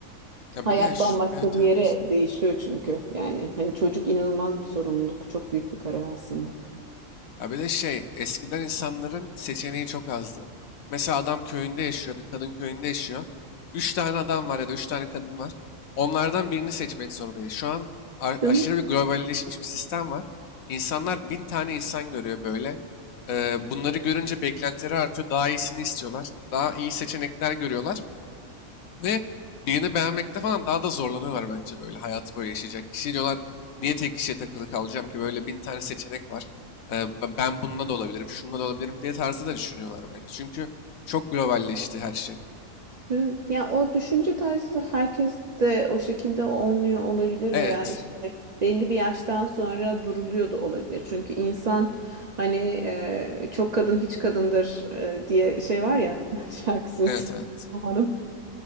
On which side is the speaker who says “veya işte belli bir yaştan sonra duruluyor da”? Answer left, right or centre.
Right